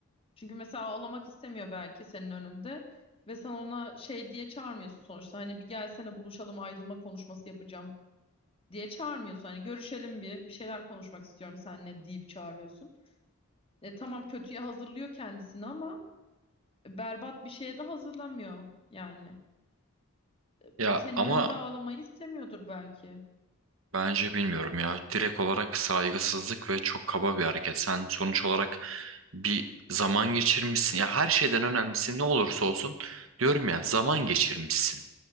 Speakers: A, on the left; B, on the right.
A: Çünkü mesela ağlamak istemiyor belki senin önünde ve sen ona şey diye çağırmıyorsun sonuçta hani bir gelsene buluşalım ayrılma konuşması yapacağım diye çağırmıyorsun. Hani görüşelim bir bir şeyler konuşmak istiyorum seninle deyip çağırıyorsun. E tamam kötüye hazırlıyor kendisini ama berbat bir şeye de hazırlamıyor yani. Bu
B: Ya
A: senin
B: ama
A: önünde ağlamayı istemiyordur belki.
B: bence bilmiyorum ya direkt olarak saygısızlık ve çok kaba bir hareket. Sen sonuç olarak bir zaman geçirmişsin. Ya her şeyden önemlisi ne olursa olsun diyorum ya zaman geçirmişsin.